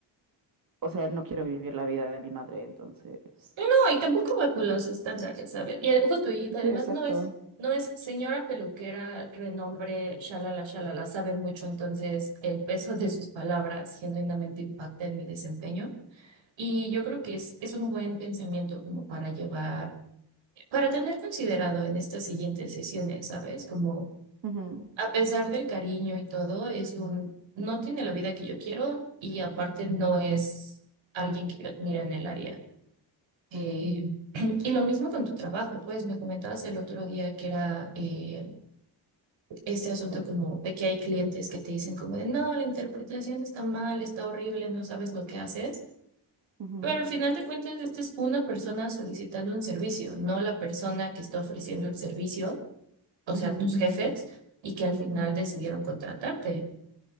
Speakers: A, on the right (about 50°); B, on the right (about 85°).
A: o sea, no quiero vivir la vida de mi madre, entonces.
B: No, no, y tampoco bajo los estándares, ¿sabes? Y eh, justo, y
A: Sí,
B: además
A: exacto.
B: no es, no es señora peluquera, renombre, shalala, shalala, sabe mucho, entonces el peso de sus palabras genuinamente impacta en mi desempeño. Y yo creo que es, es un buen pensamiento como para llevar, para tener considerado en estas siguientes sesiones, ¿sabes? Como
A: Ujú,
B: a pesar del cariño y todo, es un, no tiene la vida que yo quiero y aparte no es alguien que yo admiro en el área. Eh,
A: ujú,
B: <clears throat> y lo mismo con tu trabajo, pues me comentabas el otro día que era eh, este asunto como de que hay clientes que te dicen como de no, la interpretación está mal, está horrible, no sabes lo que haces,
A: ujú,
B: pero al final de cuentas esta es una persona solicitando un servicio, no la persona que está ofreciendo el servicio, o
A: ujú,
B: sea, tus Ujú. jefes, y que al
A: ujú.
B: final decidieron contratarte.